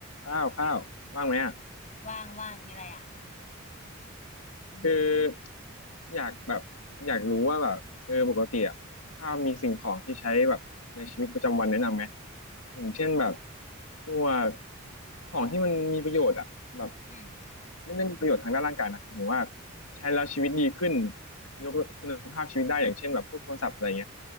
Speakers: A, on the left; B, on the left.
A: ข้าวข้าวว่างไหมอ่ะ
B: ว่างว่างมีอะไรอ่ะ
A: คืออยากแบบอยากรู้ว่าแบบเออปกติอ่ะข้าวมีสิ่งของที่ใช้แบบในชีวิตประจำวันแนะนำไหมอย่างเช่นแบบพวกของที่มันมีประโยชน์อ่ะแบบ
B: อืม
A: ไม่ได้มีประโยชน์ทางด้านร่างกายนะหรือว่าใช้แล้วชีวิตดีขึ้นยกคุณภาพชีวิตได้อย่างเช่นแบบพวกโทรศัพท์อะไรเงี้ย